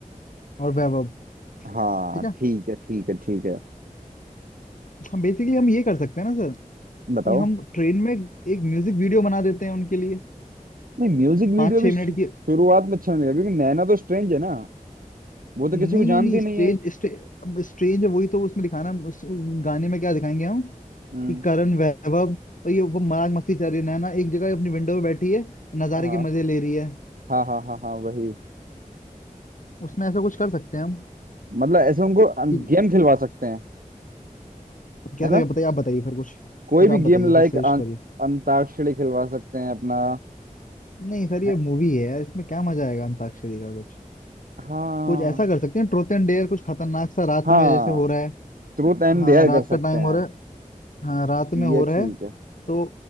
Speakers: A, on the left (about 65°); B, on the right (about 85°).
A: और वैभव
B: हाँ
A: ठीक है
B: ठीक है ठीक है ठीक है
A: हम बेसिकली हम ये कर सकते हैं ना सर
B: बताओ
A: कि हम ट्रेन में एक म्यूजिक वीडियो बना देते हैं उनके लिए
B: नहीं म्यूजिक
A: पाँच
B: वीडियो
A: छह
B: भी
A: मिनट
B: शु-
A: की
B: शुरुआत में अच्छा नहीं लगा क्योंकि नैना तो स्ट्रेंज है ना वो तो
A: नहीं
B: किसी को
A: नहीं
B: जानती
A: नहीं
B: नहीं
A: स्ट्रेंज
B: है
A: स्ट्रे, अब स्ट्रेंज है वही तो उसमें दिखाना है। उस गाने में क्या दिखाएंगे हम
B: हम्म
A: कि करण वैभव और ये वो मजाक मस्ती चल रही है नैना एक जगह अपनी विंडो में बैठी है और नज़ारे
B: हाँ
A: के मजे ले रही है
B: हाँ हाँ हाँ हाँ वही
A: उसमें ऐसा कुछ कर सकते हैं हम
B: मतलब ऐसे उनको
A: कि
B: गेम खिलवा सकते हैं
A: कैसे
B: है ना।
A: क्या बताइए आप बताइए फिर कुछ
B: कोई
A: कुछ
B: भी
A: आप बताइए
B: गेम लाइक
A: कुछ सजेस्ट
B: अं,
A: करिए
B: अंताक्षरी खिलवा सकते हैं अपना
A: नहीं सर ये
B: है-
A: मूवी है यार इसमें क्या मजा आएगा अंताक्षरी का कुछ
B: हाँ
A: कुछ ऐसा कर सकते हैं ट्रूथ एंड डेयर कुछ खतरनाक सा रात
B: हाँ
A: में जैसे हो रहा है
B: ट्रूथ एंड
A: हाँ
B: डेयर
A: रात
B: कर सकते
A: का टाइम
B: हैं
A: हो रहा है हाँ रात में हो
B: ये
A: रहा
B: ठीक
A: है
B: है
A: तो